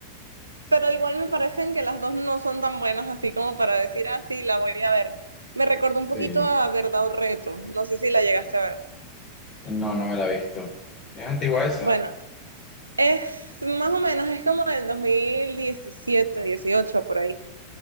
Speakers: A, on the right; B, on the left.
A: pero igual me parecen que las dos no son tan buenas así como para decir, ah, sí, la voy a ver. Me recordó un poquito
B: Sí.
A: a Verdad o Reto. No sé si la llegaste a ver.
B: No, no me la he visto. ¿Es antigua esa?
A: Bueno, Es más o menos, es como del 2017 18 por ahí.